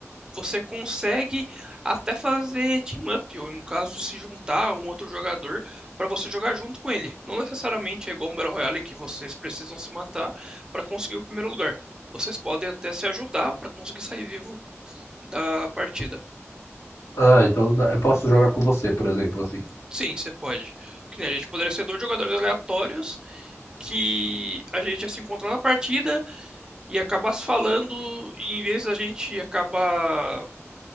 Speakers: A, on the right; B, on the left.
A: você consegue até fazer team up, ou no caso, se juntar a um outro jogador para você jogar junto com ele. Não necessariamente é igual um Battle Royale que vocês precisam se matar para conseguir o primeiro lugar. Vocês podem até se ajudar para conseguir sair vivo da partida.
B: Ah, então dá- eu posso jogar com você, por exemplo, assim.
A: Sim, você pode. Que nem a gente poderia ser dois jogadores aleatórios que a gente ia se encontrar na partida e acabar se falando, e em vez da gente acabar